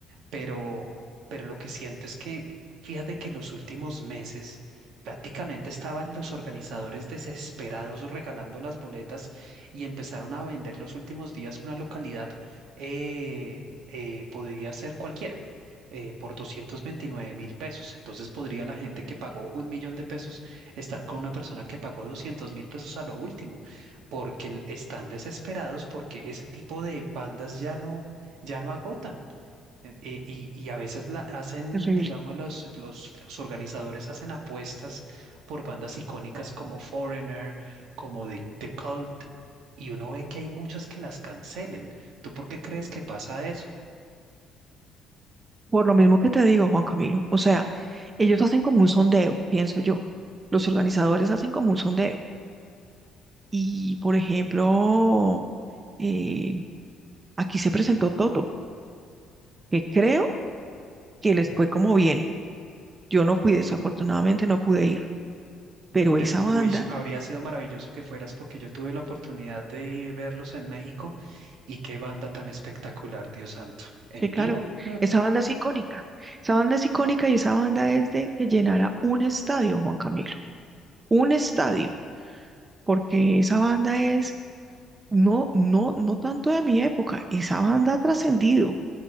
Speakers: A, on the right; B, on the right.
A: pero, pero lo que siento es que, fíjate que los últimos meses prácticamente estaban los organizadores desesperados regalando las boletas y empezaron a vender los últimos días una localidad, eh, eh, podría ser cualquiera. eh, por doscientos veintinueve mil pesos. Entonces podría la gente que pagó un millón de pesos estar con una persona que pagó doscientos mil pesos a lo último, porque el- están desesperados porque ese tipo de bandas ya no, ya no agotan. Eh, eh, Y, y a veces la hacen,
B: terrible.
A: digamos, los, los, los organizadores hacen apuestas por bandas icónicas como Foreigner, como The, The Cult, y uno ve que hay muchas que las cancelen. ¿Tú por qué crees que pasa eso?
B: Por lo mismo que te digo, Juan Camilo, o sea, ellos hacen como un sondeo, pienso yo. Los organizadores hacen como un sondeo. Y, por ejemplo, eh, aquí se presentó Toto, que creo que les fue como bien. Yo no fui, desafortunadamente no pude ir, pero
A: De-
B: esa
A: de-
B: banda,
A: uy, habría sido maravilloso que fueras porque yo tuve la oportunidad de verlos en México y qué banda tan espectacular, Dios santo. En
B: sí, claro,
A: vivo, mm,
B: esa banda es icónica. Esa banda es icónica y esa banda es de que llenara un estadio, Juan Camilo, un estadio, porque esa banda es, no, no, no tanto de mi época, esa banda ha trascendido